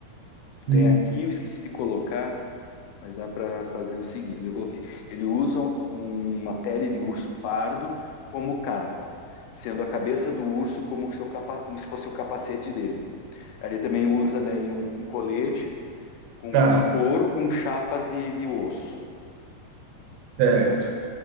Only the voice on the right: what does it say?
Hum,
Tá,
certo.